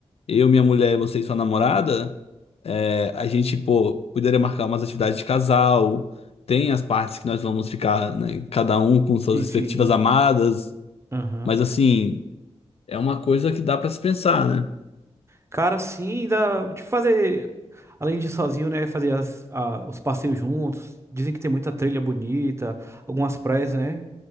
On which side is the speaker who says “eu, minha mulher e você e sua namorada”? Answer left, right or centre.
Left